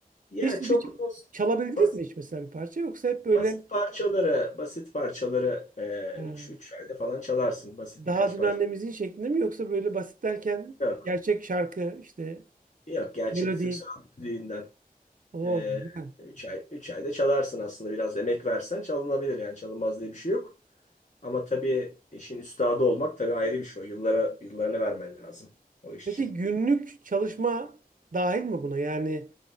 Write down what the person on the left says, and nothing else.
Ya
çok
bas-
basit,
basit parçaları basit parçaları
3 üç, üç ayda falan çalarsın. Basit
birkaç
parça.
Yok.
Yok. Gerçek
Türk sanat müziğinden
Ee,
üç ay, üç ayda çalarsın aslında biraz emek versen çalınabilir yani çalınmaz diye bir şey yok. Ama tabii işin üstadı olmak tabii ayrı bir şey. O Yıllara, yıllarını vermen lazım o iş
için.